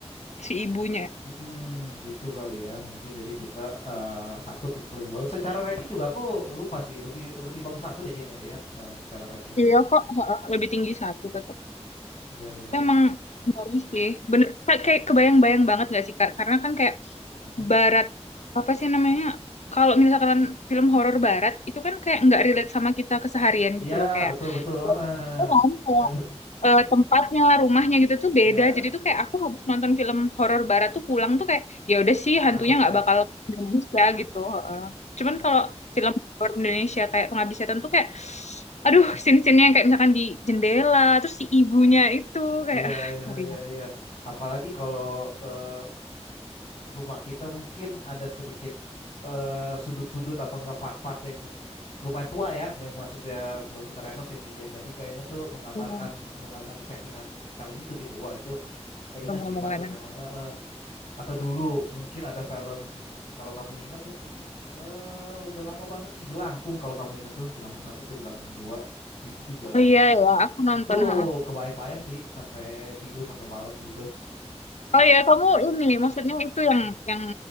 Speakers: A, on the left; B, on the left.
A: si ibunya.
B: Mm-mm, gitu kali ya. Mungkin jadi kita eh, satu tetap lebih bagus. Secara rating juga aku lupa sih, lebih lebih bagus satu deh kayaknya deh ya, eh, secara rating.
A: Iya kok. Heeh, Lebih tinggi satu tetap.
B: Ya, ya, ya.
A: Memang baru sih. Bener, kayak kayak kebayang-bayang banget gak sih, Kak? Karena kan kayak
B: Mm-mm.
A: barat, apa sih namanya? Kalau misalkan film horor barat, itu kan kayak nggak relate sama kita keseharian
B: Iya,
A: gitu loh. Kayak,
B: betul betul. Heeh.
A: oh, kan?
B: kita
A: Kayak,
B: lu
A: eh, tempatnya, rumahnya gitu
B: <laughs>
A: tuh beda.
B: ya
A: Jadi tuh kayak aku habis nonton film horor barat tuh pulang tuh kayak, ya udah sih
B: nggak
A: hantunya
B: takut
A: nggak
B: ya.
A: bakal ke
B: Ya.
A: Indonesia gitu. Heeh. Cuman
B: Oh,
A: kalau film luar Indonesia kayak Pengabdi Setan tuh kayak aduh scene-scene yang kayak misalkan di jendela terus si ibunya itu kayak
B: iya,
A: ah
B: iya,
A: ngeri
B: iya,
A: banget.
B: iya. Apalagi kalau eh, rumah kita mungkin ada sedikit eh, sudut-sudut atau enggak part-part yang lumayan tua ya, yang maksudnya belum kita renov yang, yang jadi kayaknya tuh menggambarkan
A: Ya,
B: menggambarkan di settingan film itu gitu. Wah, itu keinget
A: bener-bener.
B: sih pasti memang. Eh, eh. Atau dulu mungkin ada film kalau kamu ingat mungkin eh, udah lama banget sih Jelangkung kalau kamu ingat tuh Jelangkung satu atau Jelangkung dua itu juga
A: Oh iya ya aku nonton
B: itu
A: ha.
B: kebayang-bayang sih sampai tidur sampai malam gitu.
A: Oh iya kamu ini maksudnya itu yang yang